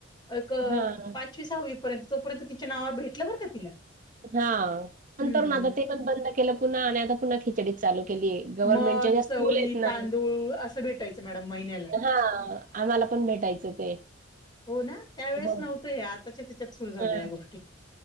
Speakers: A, on the left; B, on the right.
A: एक
B: हां.
A: पाचवी सहावी पर्यंत तोपर्यंत, तिच्या नावावर भेटलं बर का तिला.
B: हा
A: हम्म
B: नंतरून आता ते पण बंद केलं, पुन्हा आणि आता पुन्हा खिचडी चालू केली गव्हर्मेंटच्या
A: मठ
B: ज्या स्कूल
A: चवळी
B: आहेत ना.
A: तांदूळ असं भेटायचं मॅडम महिन्याला
B: हा. आम्हाला पण भेटायचं ते.
A: हो ना त्यावेेळेस
B: हो.
A: नव्हतं हे. आताच्या त्याच्यात सुरू झाल्या
B: हां.
A: या गोष्टी.